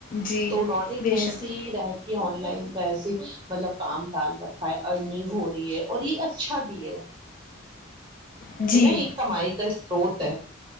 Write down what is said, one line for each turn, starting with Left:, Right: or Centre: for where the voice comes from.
Left: جی
Right: تو انہوں نے
Left: بے
Right: گھر
Left: شک
Right: سے ہی رہ کے لائن کا ایس مطلب کام ڈال رکھا ہے ارننگ ہو رہی ہے اور یہ اچھا بھی ہے
Left: جی
Right: ن ایک کمائ کا سروت ہے